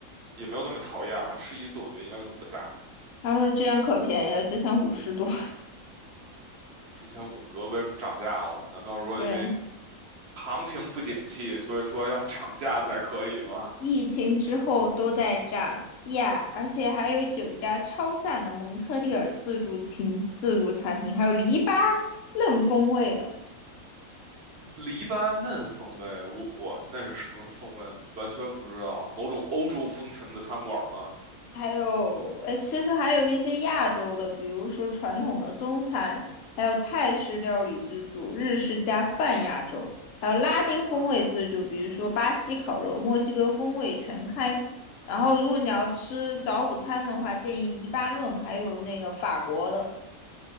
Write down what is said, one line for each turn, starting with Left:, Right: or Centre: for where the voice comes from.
Right: 也没有那么讨厌了，吃一次我觉得应该问题不大。
Left: 他说这样可便宜了，之前五十多。<laughs>
Right: 之前五十多为什么涨价了？难道说因为
Left: 对，
Right: 行情不景气，所以说要涨价才可以吗？
Left: 疫情之后都在涨价，而且还有九家超赞的蒙特利尔自助厅、自助餐厅，还有篱笆嫩风味的。
Right: <laughs> 黎巴嫩风味，我我那是什么风味？完全不知道，某种欧洲风情的餐馆吗？
Left: 还有，哎，其实还有一些亚洲的，比如说传统的中餐，还有泰式料理自助、日式加泛亚洲，还有拉丁风味自助，
Right: 可以啊，
Left: 比如说巴西烤肉、墨西哥风味全开。然后，如果你要吃早午餐的话，建议黎巴嫩还有那个法国的，